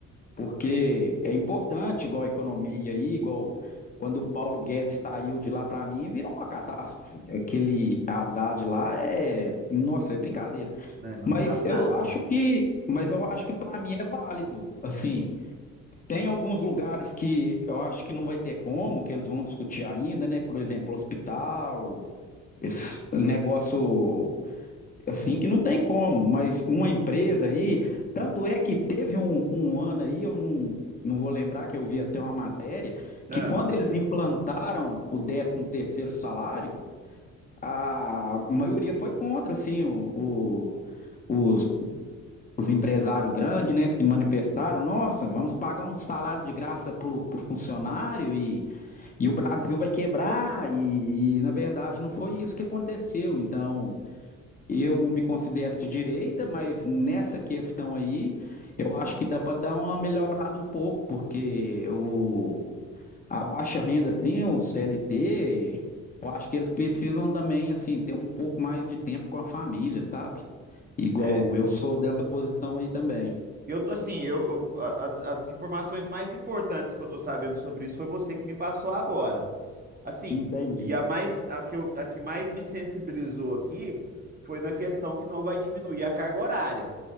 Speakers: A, on the left (about 30°); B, on the right (about 30°).
A: Porque é importante, igual a economia aí, igual quando o Paulo Guedes saiu de lá para mim, virou uma catástrofe. Aquele Haddad lá é, nossa, é brincadeira.
B: né, não
A: Mas
B: sabe nada.
A: eu acho que, mas eu acho que para mim é válido. Assim, tem alguns lugares que eu acho que não vai ter como, que eles vão discutir ainda, né? Por exemplo, hospital, esse negócio assim que não tem como, mas uma empresa aí, tanto é que teve um, um ano aí, eu não, não vou lembrar que eu vi até uma matéria,
B: Ah,
A: que quando eles implantaram o décimo terceiro salário, a maioria foi contra, assim, o, o- os, os empresários grandes, né, se manifestaram, nossa, vamos pagar um salário de graça pro, pro funcionário e, e o Brasil vai quebrar, e, e na verdade não foi isso que aconteceu, então... Eu me considero de direita, mas nessa questão aí, eu acho que dá para dar uma melhorada um pouco, porque o, a baixa renda, assim, o CLT, eu acho que eles precisam também, assim, ter um pouco mais de tempo com a família, sabe? Igual
B: é.
A: eu sou dessa posição aí também.
B: Eu tô assim, eu, eu- a- as, as informações mais importantes que eu tô sabendo sobre isso foi você que me passou agora. Assim,
A: Entendi.
B: e a mais a que, eu- a que mais me sensibilizou aqui foi na questão que não vai diminuir a carga horária.